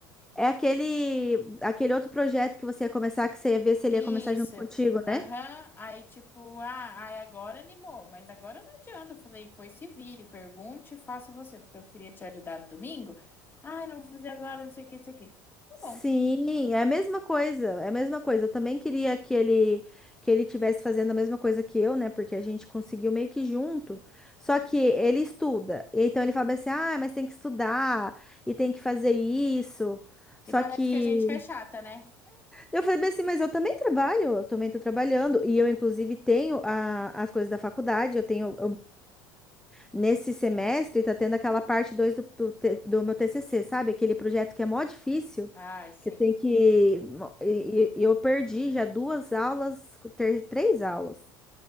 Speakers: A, in the centre; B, on the left.
A: é aquele, aquele outro projeto que você ia começar, que você ia ver se ele
B: Isso.
A: ia começar junto contigo,
B: Aham.
A: né?
B: Aí, tipo, ah, aí agora animou, mas agora não adianta. Eu falei, pois se vire, pergunte e faça você, porque eu queria te ajudar no domingo. Ah, não vou fazer agora, não sei o que, isso aqui. Tá
A: Sim,
B: bom.
A: é a mesma coisa, é a mesma coisa. Eu também queria que ele que ele tivesse fazendo a mesma coisa que eu, né? Porque a gente conseguiu meio que junto. Só que ele estuda. e Então ele fala assim: "Ah, mas tem que estudar e tem que fazer isso". Só
B: E parece
A: que
B: que a gente que é chata, né?
A: eu falei bem assim, mas eu também trabalho, eu também estou trabalhando e eu inclusive tenho a- as coisas da faculdade, eu tenho Nesse semestre, tá tendo aquela parte 2 do, do, T- do meu TCC, sabe? Aquele projeto que é mó difícil,
B: Ai, sim.
A: que tem que. e- e- Eu perdi já duas aulas, ter- três aulas.